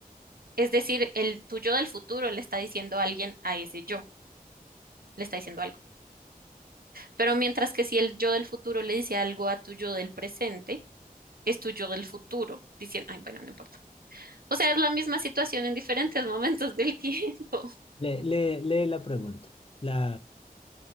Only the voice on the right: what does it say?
es decir, el tu yo del futuro le está diciendo a alguien a ese yo, le está diciendo algo. Pero mientras que si el yo del futuro le dice algo a tu yo del presente, es tu yo del futuro diciendo, ay, bueno, no importa. O sea, es la misma situación en diferentes <laughs> momentos del tiempo.